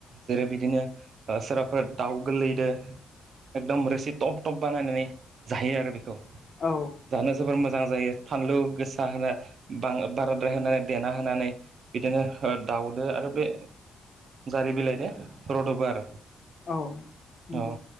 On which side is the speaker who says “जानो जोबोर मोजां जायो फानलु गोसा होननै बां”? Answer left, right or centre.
Right